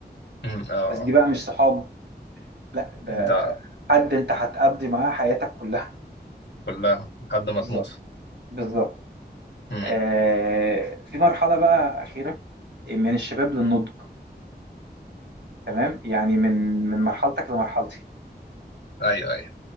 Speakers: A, on the left; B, on the right.
A: امم اه
B: بس دي
A: اه
B: بقى مش صحاب لا ده
A: ده
B: حد انت هتقضي معاه حياتك كلها
A: كلها لحد ما
B: بالظبط
A: تموت
B: بالظبط
A: امم
B: آه، في مرحلة بقى أخيرة من الشباب للنضج تمام يعني من من مرحلتك لمرحلتي
A: ايوه ايوه